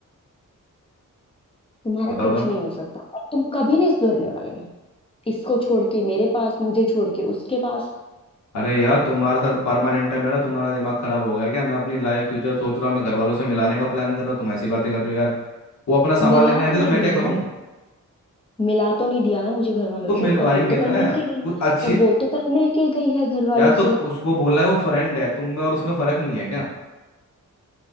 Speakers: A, on the left; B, on the left.
A: तुम्हारा
B: बताओ
A: कुछ
B: बताओ
A: नहीं हो सकता और तुम कभी नहीं सुधरने वाले इसको छोड़ के मेरे पास मुझे छोड़ के उसके पास
B: अरे यार तुम्हारे साथ परमानेंट है मेरा तुम्हारा दिमाग खराब हो गया क्या मैं अपनी लाइफ फ्यूचर सोच रहा हूँ मैं घर वालों से मिलाने का प्लान कर रहा हूँ तुम ऐसी बातें कर रही हो यार वो अपना सामान
A: मिला
B: लेने आई
A: तो
B: थी तो
A: नहीं
B: मैं
A: दिया
B: क्या करूं
A: ना मिला तो नहीं दिया ना मुझे घर वालों
B: तो मिलवाएंगे
A: से और वो तो कल
B: ना
A: मिल के गई
B: कुछ अच्छी
A: और वो तो कल मिल के गई है घर वालों
B: या तो
A: से
B: उसको बोला है वो फ्रेंड है तुम में और उसमें फर्क नहीं है क्या